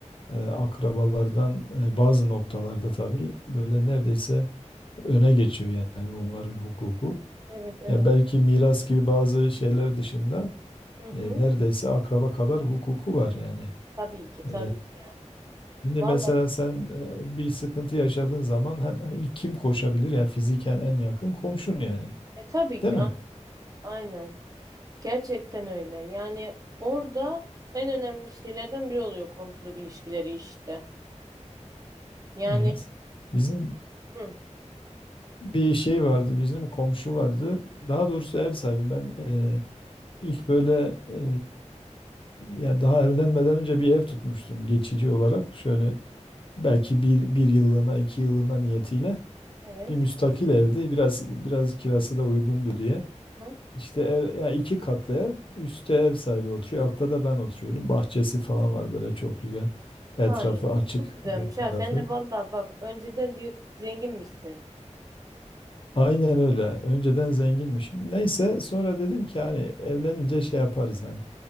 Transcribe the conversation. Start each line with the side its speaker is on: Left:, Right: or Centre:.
Left: e, akrabalardan e, bazı noktalarda tabii böyle neredeyse öne geçiyor yani onların hukuku.
Right: Evet evet.
Left: Ya belki miras gibi bazı şeyler dışında
Right: Hı hı.
Left: e, neredeyse akraba kadar hukuku var yani.
Right: Tabii ki tabii
Left: E,
Right: ki.
Left: şimdi
Right: Vallahi
Left: mesela sen e, bir sıkıntı yaşadığın zaman hemen ilk kim koşabilir? ya fiziken en yakın komşun yani.
Right: e, tabii
Left: Değil
Right: ki
Left: mi?
Right: a- aynen. Gerçekten öyle. Yani orada en önemli şeylerden biri oluyor komşuluk ilişkileri işte. Yani
Left: Evet. Bizim
Right: hı,
Left: bir şey vardı, bizim komşu vardı. Daha doğrusu ev sahibi ben e, ilk böyle e, yani daha evlenmeden önce bir ev tutmuştum geçici olarak. Şöyle belki bir, bir yıllığına iki yıllığına niyetiyle
Right: evet.
Left: bir müstakil evdi. Biraz biraz kirası da uygundu diye.
Right: Hı,
Left: İşte ev, ya iki katlı ev. Üstte ev sahibi oturuyor. Altta da ben oturuyorum. Bahçesi falan var böyle çok güzel. Etrafı
Right: hayır.
Left: açık
Right: Çok güzelmiş
Left: dört
Right: ha.
Left: tarafı.
Right: Sen de vallahi bak önceden diyor, zenginmişsin.
Left: Aynen öyle. Önceden zenginmişim. Neyse sonra dedim ki hani evlenince şey yaparız hani.